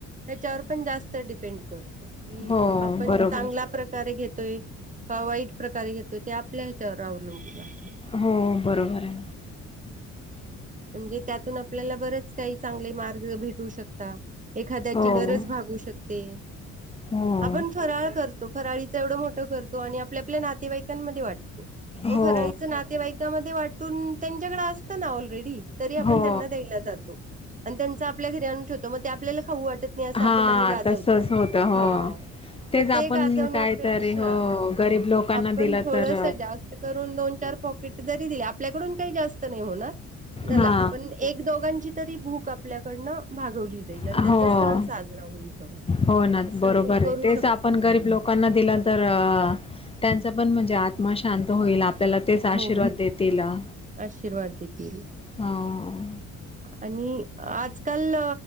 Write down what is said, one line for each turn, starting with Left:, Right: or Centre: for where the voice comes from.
Right: त्याच्यावर पण जास्त डिपेंड करत की
Left: हो
Right: आपण
Left: बरोबर
Right: चांगल्या प्रकारे घेतोय का वाईट प्रकारे घेतोय ते आपल्या ह्याच्यावर अवलंबुन आहे
Left: हो बरोबर आहे
Right: हम्म म्हणजे त्यातून आपल्याला बरंच काही चांगले मार्ग भेट शकता एखाद्याची
Left: हो
Right: गरज भागू शकते.
Left: हो
Right: आपण फराळ करतो फराळीच एवढं मोठं करतो आणि आपल्या आपल्या नातेवाईकांमध्ये वाट मग
Left: हो
Right: फराळीच नातेवाईकामध्ये वाटून त्यांच्याकडे असत ना ऑलरेडी तरी आपण
Left: हो
Right: त्यांना द्यायला जातो आणि त्यांच आपल्या घरी आणून ठेवतो मग ते आपल्याला खाऊ वाट मेस
Left: हा
Right: आपण आणि गाजवतो
Left: तसच होत हो
Right: हा
Left: तेच
Right: मग
Left: आपण
Right: ते गाजवण्यापेक्षा
Left: कायतरी हो
Right: हं
Left: गरीब लोकांना
Right: आपण
Left: दिलं
Right: थोडस
Left: तर
Right: जास्त कडून दोन चार पॉकीट जरी दिले आपल्याकडून काही जास्त नाही होणार याला
Left: हा
Right: पण एक दोघांची तरी भूक आपल्याकडनं भागवली दिली जाईल आणि
Left: हा
Right: त्यांचा
Left: हो
Right: सण साजरा होईल
Left: हो ना
Right: अस
Left: बरोबर
Right: आपण करू
Left: आहे तेच
Right: शकतो
Left: आपण
Right: म्हणजे
Left: गरीब लोकांना दिला तर त्यांचा पण म्हणजे आत्मा शांत होईल आप त्याला तेच आशीर्वाद
Right: हो
Left: देतीला
Right: आशीर्वाद देतील
Left: हां...
Right: आणि आजकाल